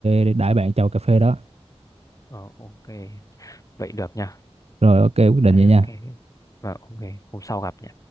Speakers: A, on the right; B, on the left.
A: ờ, đãi bạn chầu cà phê đó
B: ờ, ok vậy được nha
A: rồi ok quyết định
B: Đấy,
A: vậy
B: ok
A: nha
B: và ok hôm sau gặp nhỉ